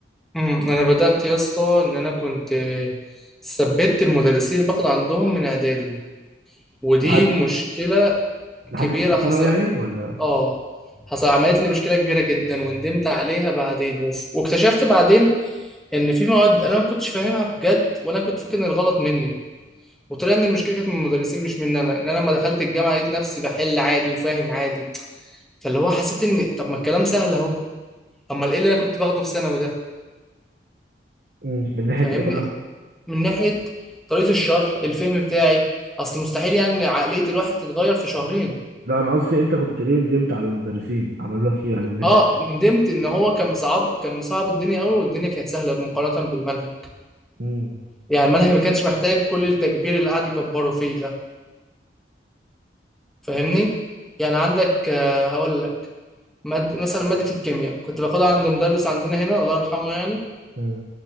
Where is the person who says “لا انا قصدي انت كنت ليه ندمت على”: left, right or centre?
Right